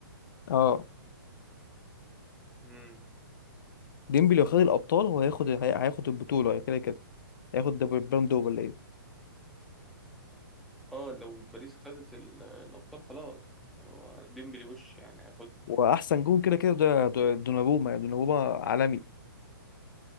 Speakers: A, on the left (about 60°); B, in the centre.
A: اه
B: امم
A: ديمبلي لو خد الابطال هو هياخد هي- هياخد البطوله كده كده هياخد دب- البالون دور ولا ايه
B: اه لو باريس خدت ال- الابطال خلاص هو ديمبلي وش يعني هياخدها
A: واحسن جون كده كده ده ده دوناروما يعني دوناروما عالمي